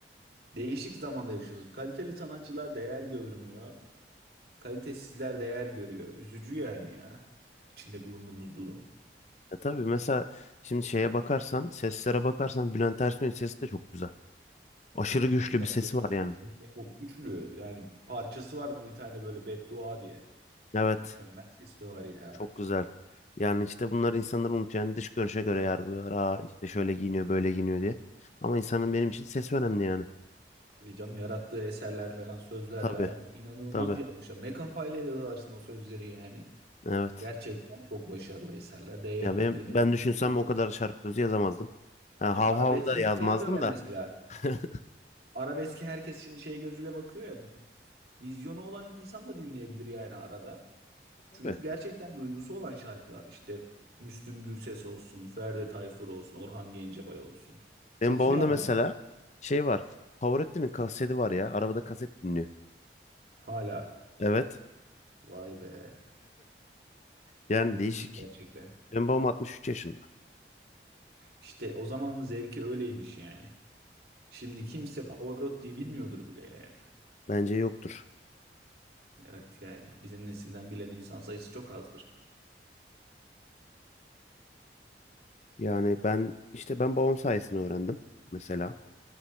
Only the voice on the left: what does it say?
Ya tabii mesela şimdi şeye bakarsan, seslere bakarsan Bülent Ersoy'un sesi de çok güzel. Aşırı güçlü
bir sesi var
yani.
Evet.
Çok güzel. Yani işte bunlar insanlar unutuyor. Yani dış görünüşe göre yargılıyor. Aa işte şöyle giyiniyor, böyle giyiniyor diye. Ama insanın benim için sesi önemli yani.
Tabii,
tabii.
Evet.
Ya ben
ben düşünsem
o kadar şarkı sözü yazamazdım. Ha,
hav
hav da
yazmazdım
da.
<laughs>
Tabii.
Benim
babamda
mesela şey var. Favorettin'in kaseti var ya. Arabada kaset dinliyor.
Evet.
Yani
değişik.
Benim babam 63 yaşında.
Bence yoktur.
Yani ben işte ben babam sayesinde öğrendim mesela.